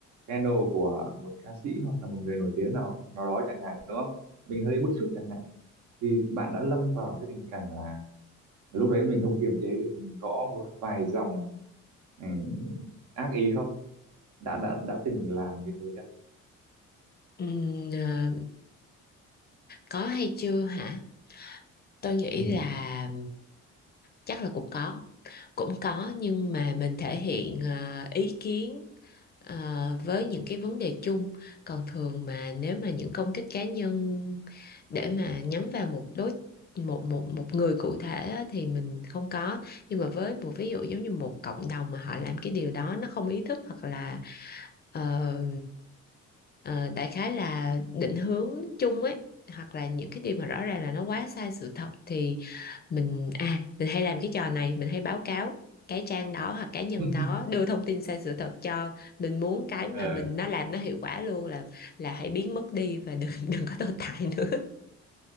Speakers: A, on the right (about 80°); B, on the left (about 35°).
A: scandal của một ca sĩ hoặc là một người nổi tiếng nào nào đó chẳng hạn đúng không? Mình hơi bức xúc chẳng hạn thì bạn đã lâm vào cái tình cảnh là lúc đấy mình không kiềm chế được mình gõ một vài dòng ừ, ác ý không? Đã đã đã từng làm như thế chưa?
B: Ừm, ờ, có hay chưa hả tôi nghĩ
A: Ừ.
B: là chắc là cũng có cũng có nhưng mà mình thể hiện ờ, ý kiến ờ, với những cái vấn đề chung còn thường mà nếu mà những công kích cá nhân để mà nhắm vào một đối một một một người cụ thể á, thì mình không có nhưng mà với một ví dụ giống như một cộng đồng mà họ làm cái điều đó nó không ý thức hoặc là ờ, ờ, đại khái là định hướng chung ấy hoặc là những cái điều mà rõ ràng là nó quá sai sự thật thì mình à mình hay làm cái trò này mình hay báo cáo cái trang đó hoặc cá nhân
A: <laughs>
B: đó đưa thông tin sai sự thật cho mình muốn cái mà
A: Ờ.
B: mình nó làm nó hiệu quả luôn là là hãy biến mất đi và đừng <laughs> đừng có tồn tại nữa